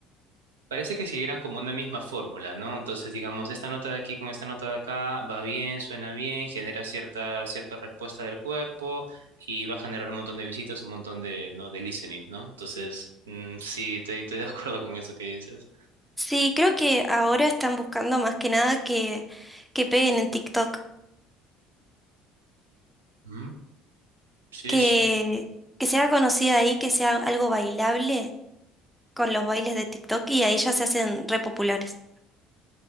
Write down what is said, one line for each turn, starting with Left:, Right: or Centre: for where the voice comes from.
Right: Parece que siguieran como una misma fórmula, ¿no? Entonces, digamos, esta nota de aquí con esta nota de acá va bien, suena bien, genera cierta, cierta respuesta del cuerpo y va a generar un montón de visitas, un montón de, ¿no? de listening, ¿no? Entonces, mm, sí, estoy, estoy de <laughs> acuerdo con eso que dices.
Centre: Sí, creo que ahora están buscando más que nada que, que peguen en TikTok,
Right: Ujú. Sí,
Centre: que,
Right: sí, sí.
Centre: que sea conocida ahí, que sea algo bailable con los bailes de TikTok y ahí ya se hacen re populares.